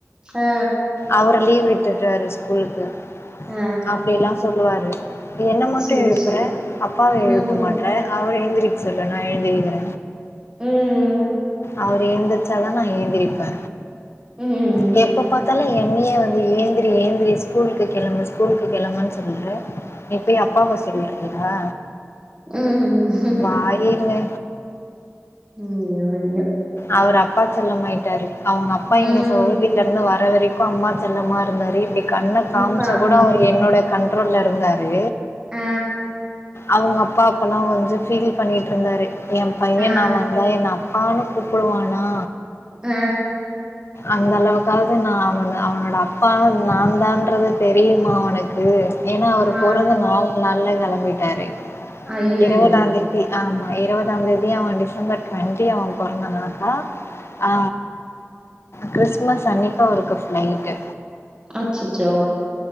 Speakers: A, on the right; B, on the left.
A: ஆ
B: அவரு லீவ் விட்டுட்டாரு ஸ்கூலுக்கு
A: ஆ
B: அப்டியெல்லா சொல்லுவாரு என்ன மட்டு
A: சேரி
B: எழுப்புற
A: சேரி
B: அப்பாவ
A: ம்
B: எழுப்ப மாட் அவர எழுந்திருக்க சொல்லு நா எழுந்திருக்கிற
A: ம்ம்
B: அவரு எந்திரிச்சாதா நா ஏந்திரப்பே
A: ம்
B: லெ எப்ப பாத்தாலு என்னையே வந்து ஏந்திரி ஏந்திரி ஸ்கூலுக்கு கெளம்பு ஸ்கூலுக்கு கெளம்பு னு சொல்ற நீ போய் அப்பாவ சொல்றியா
A: உம்
B: ஆகிருங்க
A: ஐய்யோ ஐய்யோ
B: அவரு அப்பா செல்லமாயிட்டாரு அவங்க அப்பா
A: ம்
B: இங்க சைதில தில இருந்து வர வரைக்கு அம்மா செல்லமா இருந்தாரு இப்டி கண்ண காம்ச்சா
A: இப்ப அம்மா
B: கூட ஒரு என்னோட கண்ட்ரோல்ல இருந்தாரு
A: ஆ
B: அவுங்க அப்பா அப்பல்லா கொஞ்ச ஃபீல் பண்ணிட்டுருந்தாரு ஏ பைய
A: ஆ
B: நா வந்தா என்ன அப்பான்னு கூப்புடுவானா
A: ஆ
B: அந்தளவுக்காவது நா அவனோட அப்பா நாந்தான்றத தெரியுமா அவனுக்கு ஏனா அவர்
A: ஆ
B: பொறந்த நாலு நாள்ள கெளம்பிட்டாரு
A: ஐயையோ
B: இருவதாந்தே தி ஆமா இருவதாந்தேதி அவ டிசம்பர் டுவெண்ட்டி அவ பொறந்த நாள் அ ஆ கிறிஸ்மஸ் அன்னைக்கி அவருக்கு ஃபிளைட்டு
A: அச்சச்சோ